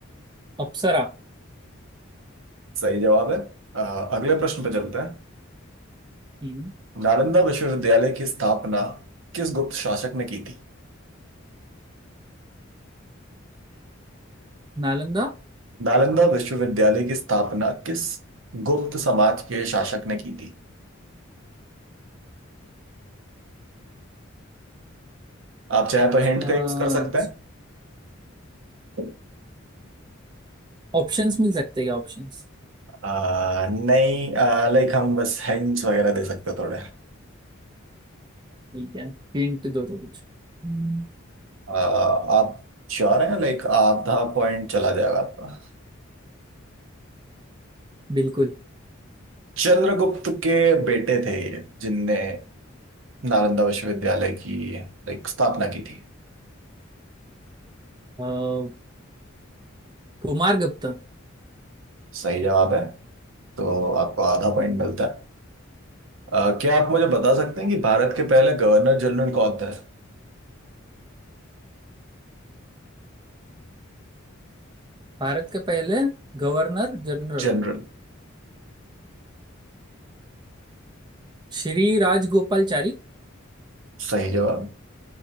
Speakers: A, on the right; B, on the right.
A: अप्सरा
B: सही जवाब है अ, अगले प्रश्न पर चलते हैं
A: हम्म,
B: नालंदा विश्वविद्यालय की स्थापना किस गुप्त शासक ने की थी
A: नालंदा
B: नालंदा विश्वविद्यालय की स्थापना किस गुप्त समाज के शासक ने की थी आप चाहे तो हिंट
A: कांच
B: का यूज कर सकते हैं
A: ऑप्शंस मिल सकते हैं क्या ऑप्शंस
B: आ, नहीं लाइक हम बस हिंट्स वगैरह दे सकते हैं थोड़े
A: ठीक है हिंट दो तो कुछ हम्म,
B: आ, आप श्योर हैं लाइक आधा पॉइंट चला जाएगा आपका
A: बिल्कुल
B: चंद्रगुप्त के बेटे थे ये जिनने नालंदा विश्वविद्यालय की लाइक स्थापना की थी
A: अ, कुमार गुप्ता
B: सही जवाब है तो आपको आधा पॉइंट
A: हम्म,
B: मिलता है आ, क्या आप मुझे बता सकते हैं कि भारत के पहले गवर्नर जनरल कौन थे
A: भारत के पहले governor general
B: जनरल
A: Shri Rajagopalachari
B: सही जवाब